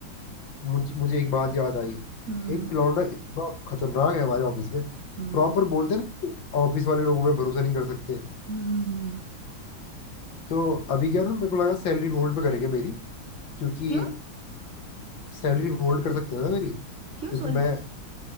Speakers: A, on the left; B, on the right.
A: मुझ, मुझे एक बात याद आई
B: हम्म
A: एक लौंडा इतना खतरनाक है हमारे ऑफिस में
B: हम्म
A: प्रॉपर बोलते हैं ना ऑफिस वाले लोगों पे भरोसा नहीं कर सकते
B: हम्म।
A: तो अभी क्या ना मेरे को लगा सैलरी होल्ड पे करेंगे मेरी क्योंकि
B: क्यों
A: सैलरी होल्ड कर सकते थे ना मेरी क्योंकि
B: क्यों सोल
A: मैं